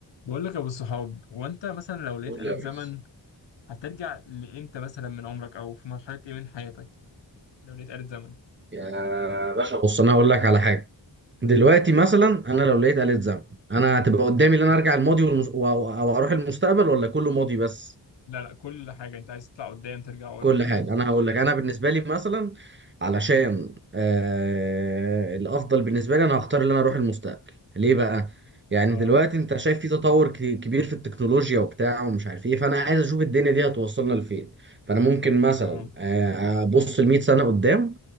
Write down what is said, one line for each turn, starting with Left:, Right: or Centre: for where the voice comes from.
Left: بقول لك يا ابو الصحاب وانت مثلا لو لقيت
Right: قول
Left: آلة
Right: يا باشا
Left: زمن هترجع لامتى مثلا من عمرك او في مرحلة ايه من حياتك لو لقيت آلة زمن
Right: يا باشا بص بص انا هقول لك على حاجه دلوقتي مثلا انا لو لقيت آلة زمن انا هتبقى قدامي ان انا ارجع الماضي والمس... و... و- او اروح المستقبل ولا كله ماضي بس
Left: لا لا كل حاجة انت عايز تطلع قدام ترجع ورا
Right: كل
Left: كده
Right: حاجة أنا هقول لك أنا بالنسبة لي مثلا علشان آه الأفضل بالنسبة لي أنا هختار إن أنا أروح المستقبل ليه بقى؟ يعني
Left: اه
Right: دلوقتي أنت شايف في تطور ك- كبير في التكنولوجيا وبتاع ومش عارف إيه فأنا عايز أشوف الدنيا دي هتوصلنا لفين فأنا ممكن مثلا
Left: اه
Right: آه، أبص لمية سنة قدام